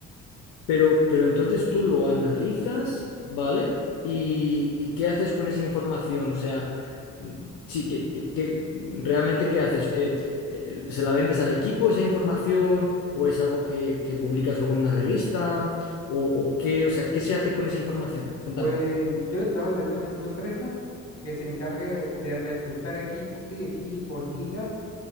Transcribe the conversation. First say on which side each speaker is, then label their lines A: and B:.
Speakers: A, on the left; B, on the left.
A: Pero, pero entonces tú lo analizas, ¿vale? ¿Y, y qué haces con esa información? O sea, mm, sí, ¿qué, qué- qué- realmente qué haces? Eh, eh, ¿se la vendes al equipo esa información? ¿O es algo que, que publicas luego en una revista? ¿O, o qué? O sea, ¿qué se hace con esa información? Cuéntame.
B: Pues yo le trabajo directamente a una empresa que se encargue de reclutar equipos, ¿sí? Equipos, ligas